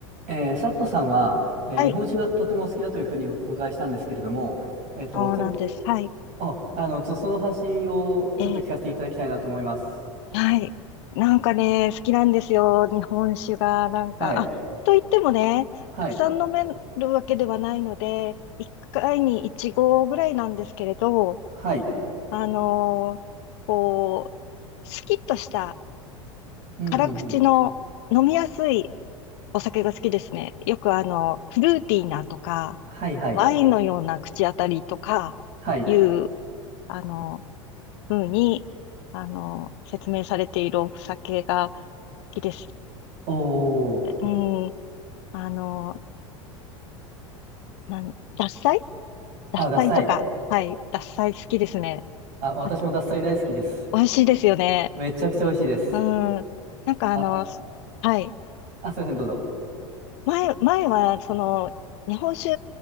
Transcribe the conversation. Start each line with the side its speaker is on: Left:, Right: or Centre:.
Right: えー、サットさんは、えー日本史がとてもお好きだというふうにお伺いしたんですけれども、
Left: はい、
Right: えっと、
Left: そうなんです。
Right: つま
Left: はい。
Right: あ、あの、ちょっとその話をちょっと聞かせていただきたいなと思います。
Left: ええ、はい。なんかね、好きなんですよ。日本酒が、なんか、
Right: はい。
Left: あ、と言ってもね、
Right: はい。
Left: たくさん飲めるわけではないので、1回に1合ぐらいなんですけれど、
Right: はい。
Left: あのーこう、スキッとした
Right: うん、
Left: 辛口の飲みやすい
Right: うん、うん。
Left: お酒が好きですね。よくあの、フルーティーなとか、
Right: はい、はい。
Left: ワインのような口当たりとかいう、
Right: はい。
Left: あの、ふうに、あの、説明されているお酒が好きですっ
Right: おー。
Left: うん、あの、なん、獺祭獺祭とか。
Right: あ、ダサい。
Left: はい、獺祭好きですね。
Right: あ、私もダサい大好きです。
Left: あ、美味しいですよね。
Right: めちゃくちゃ美味しいです。
Left: うん。なんかあの、
Right: あ、
Left: すはい。
Right: あ、すいません、どうぞ。
Left: 前、前は、その、日本酒